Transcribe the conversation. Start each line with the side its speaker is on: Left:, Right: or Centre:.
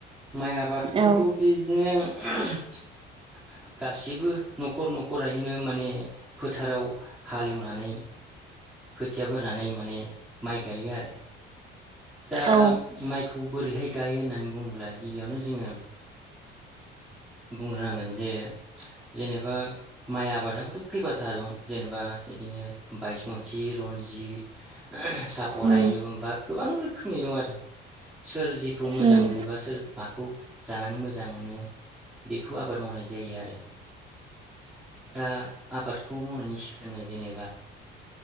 Centre: माइ आबादखौथ'
Right: औ
Centre: बिदिनो <unintelligible> गासिबो न'खर न'खरैनो इदिनो माने फोथाराव हालेवनानै खोथिया फोनानै माने माइ गायो आरो। दा
Right: औ
Centre: माइ बोरैहाय गायो होननानै बुङोब्ला गिबियावनो जोङो बुंग्रोनांगोन जे जेनेबा माइ आबादाबोथ' खैबाथा दं जेनेबा बिदिनो बाय थि रनजित सापरायजों
Right: उम
Centre: बा गोबां रोखोम नि दं आरो सोर जिखौ मोजां
Right: उम उम
Centre: मोनोबा सोर माखौ जानानै मोजां मोनो बेखौ आबाद मावनाय जायो आरो दा आबादखौ मावनायनि सिगांनो जेनेबा